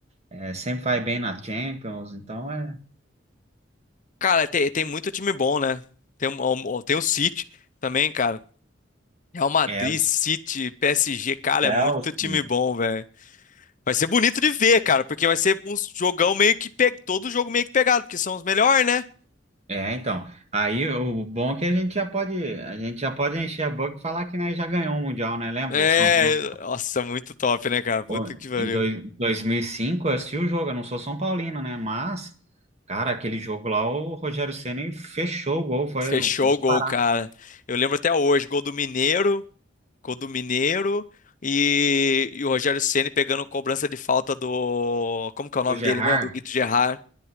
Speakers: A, on the right; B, on the left.
A: é, sempre vai bem na Champions, então é,
B: Cara, tem, tem muito time bom, né? Tem, um- tem o City também, cara. Real Madrid,
A: é o
B: City, PSG, cara,
A: Chelsea.
B: é muito time bom, velho. Vai ser bonito de ver, cara, porque vai ser um jogão meio que pe... todo jogo meio que pegado, porque são os melhores, né?
A: É, então. Aí o bom é que a gente já pode, a gente já pode encher a boca e falar que nós já ganhou o Mundial, né? Lembra?
B: É,
A: O São Paulo
B: nossa, muito top, né, cara? Puta
A: pô,
B: que pariu.
A: em dois, 2005, eu assisti o jogo, eu não sou São Paulino, né? Mas, cara, aquele jogo lá, o Rogério Ceni fechou o gol, foi
B: Fechou
A: disparado
B: o gol, cara. Eu lembro até hoje, gol do Mineiro, gol do Mineiro e, e o Rogério Ceni pegando cobrança de falta do, como que é o nome
A: do Gerrard.
B: dele mesmo? Do Guido Gerard.